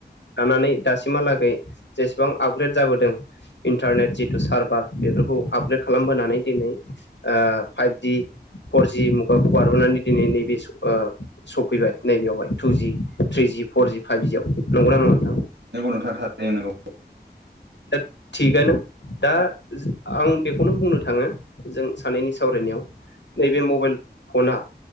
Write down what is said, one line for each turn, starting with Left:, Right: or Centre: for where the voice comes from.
Left: लानानै दासिमहालागै जेसेबां आपग्रेड जाबोदों इन्टारनेट जिथु सारभार बेफोरखौ आपग्रेड खालामबोनानै दिनै ओ फाइभ दि फर जि मुगाखौ बारबोनानै दिनै नैबे सफैबाय नैबेयावहाय थुजि थ्रिजि फरजि फाइभजियाव नंगौना नङा नोंथां?
Right: नंगौ नोंथां थारैनो नंगौ
Left: दा थिगानो दा आं बेखौनो बुंनो थाङो जों सानैनि सावरायनायाव नैबे मबाइल फना